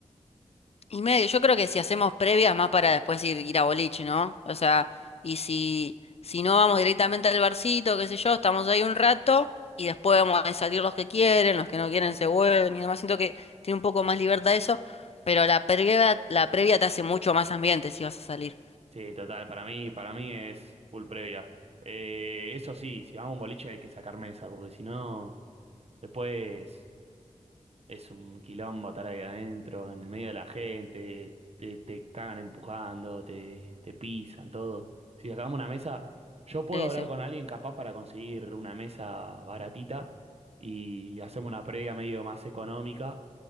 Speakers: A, on the left (about 55°); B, on the right (about 55°).
A: Y medio, yo creo que si hacemos previas más para después ir, ir a boliche, ¿no? O sea, y si, si no vamos directamente al barcito, qué sé yo, estamos ahí un rato y después vamos a salir los que quieren, los que no quieren se vuelven y demás. Siento que tiene un poco más libertad eso, pero la previa, la previa te hace mucho más ambiente si vas a salir.
B: Sí, total, para mí, para mí es full previa. Eh, eso sí, si vamos a un boliche hay que sacar mesa, porque si no... Después es un quilombo estar ahí adentro, en el medio de la gente, te, te cagan empujando, te, te pisan, todo. Si sacamos una mesa, yo puedo
A: Sí,
B: hablar
A: sí.
B: con alguien capaz para conseguir una mesa baratita y hacemos una previa medio más económica